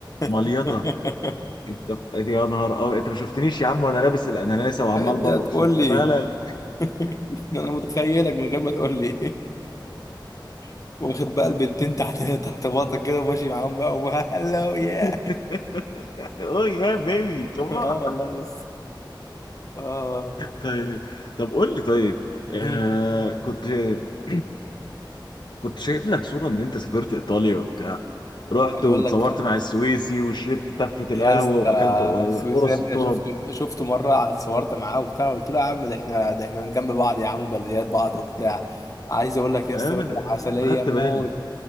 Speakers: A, on the left (about 65°); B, on the left (about 40°).
A: مليطه
B: <laughs>
A: انت يا نهار اه انت ما شفتنيش يا عم وانا لابس الاناناسه وعمال
B: أنت
A: برقص
B: تقول
A: وبتاع
B: لي
A: لا لا لا
B: <laughs> أنا متخيلك من غير ما تقول لي <laughs> واخد بقى البنتين تحت تحت باطك كده وماشي معاهم بقى وهلو يا
A: <laughs> اوه يا بيبي كمان
B: <laughs> اه والله لسه اه
A: طيب طب قول لي طيب آه
B: مم.
A: كنت <clears throat> كنت شايف لك صورة ان انت سافرت ايطاليا وبتاع رحت
B: عايز
A: واتصورت
B: اقول لك
A: مع السويسي وشربت تفة القهوة
B: يا اسطى
A: واكلت
B: السويسي
A: قرص
B: ده يا ابني
A: التراب
B: أنا شفته شفته مره اتصورت معاه وبتاع قلت له يا عم ده احنا ده احنا من جنب بعض يا عم وبلديات بعض وبتاع عايز اقول لك يا
A: آه،
B: اسطى
A: انا
B: راجل عسليه
A: أنا خدت
B: موت
A: بالي